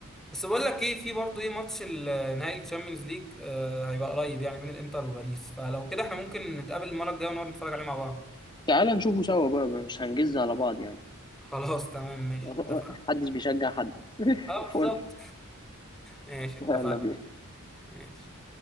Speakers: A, in the centre; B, on the left (about 20°).
A: بس بقول لك ايه في برضه ايه ماتش ال- نهائي الشامبيونز ليج آه هيبقى قريب يعني بين الانتر وباريس فلو كده احنا ممكن نتقابل المره الجايه ونقعد نتفرج عليه مع بعض
B: تعال نشوفه سوا بقى مش هنجز على بعض يعني
A: خلاص تمام ماشي
B: <laughs>
A: اتفقنا
B: محدش بيشجع حد <laughs>
A: اه
B: فل
A: بالظبط ماشي اتفقنا
B: يلا بينا
A: ماشي